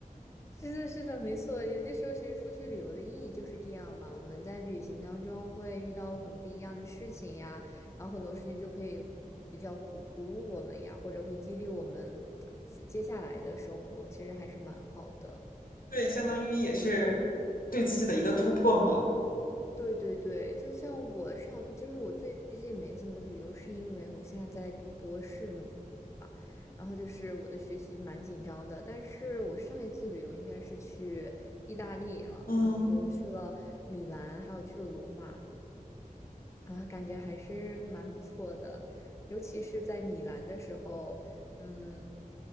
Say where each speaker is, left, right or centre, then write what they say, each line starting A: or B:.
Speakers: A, on the left; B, on the left.
A: 是的，是的，没错。有些时候，其实出去旅游的意义就是这样嘛。我们在旅行当中会遇到很不一样的事情呀，然后很多事情就可以比比较鼓鼓舞我们呀，或者会激励我们接接下来的生活，其实还是蛮好的。
B: <laughs> 对，相当于也是对自己的一个突破嘛。
A: 对对对，就像我上，就是我最近没怎么旅游，是因为我现在在读博士嘛。然后就是我的学习蛮紧张的，但是我上一次旅游应该是去意大利了啊，
B: 嗯
A: 对，我去了米兰，还有去了罗马，啊，感觉还是蛮不错的，尤其是在米兰的时候，嗯，